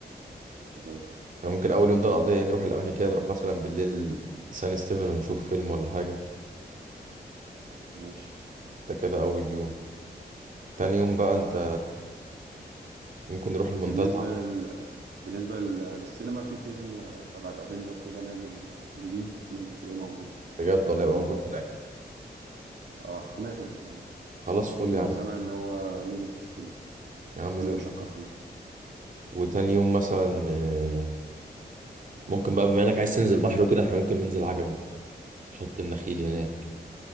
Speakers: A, on the right (about 80°); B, on the right (about 50°).
A: خلاص
B: احنا ممكن أول يوم ده نقضيه إيه، نروح الأماكن
A: زي
B: كده
A: الفل
B: نروح مثلا بالليل سان ستيفن ونشوف فيلم ولا حاجة
A: ماشي
B: ده كده أول يوم تاني يوم بقى أنت ممكن نروح المنتزه
A: بالنسبه لل... بالنسبه لل- للسينما في فيلم آه، تبع الافينجر كده نازل آه، جديد ممكن تلاقيه موجود
B: بجد ولا يبقى
A: شوفه
B: موجود
A: بقى
B: هناك
A: اه احتمال يعني
B: خلاص
A: آه،
B: فل
A: شا-
B: يا عم
A: سامع ان هو نزل في السينما
B: يا عم
A: كل
B: زي
A: بيشكر
B: الفل.
A: فيه
B: وتاني يوم مثلا آه، ممكن بقى بما انك عايز تنزل بحر وكده احنا ممكن ننزل عجمي شط النخيل هناك